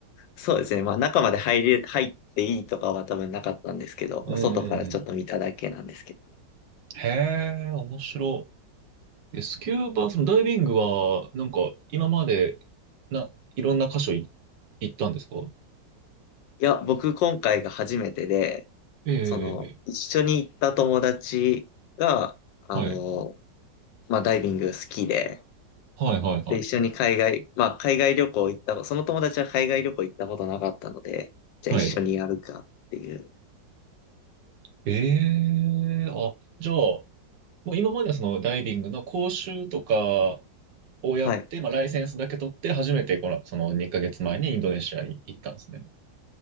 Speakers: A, on the left; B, on the right.
A: そうですね。まあ中まで入れ、入っていいとかは多分なかったんですけど、
B: うんうんうん。
A: まあ、外からちょっと見ただけなんですけど。
B: へえ、面白い。えスキューバ、そのダイビングは、なんか今まで、な、いろんな箇所い行ったんですか
A: いや、僕今回が初めてで、
B: ええ
A: その、一緒に行った友達が、あの、
B: はい。
A: まあダイビング好きで、
B: はいはいはい。
A: で、一緒に海外、まあ、海外旅行行った、その友達は海外旅行行ったことなかったので、じゃあ一緒にやるかっていう。
B: はい。ええあ、じゃあ、もう今まではそのダイビングの講習とか、をやって、
A: はい。
B: まあ、ライセンスだけ取って、初めてこの、その2ヶ月前にインドネシアに行ったんですね。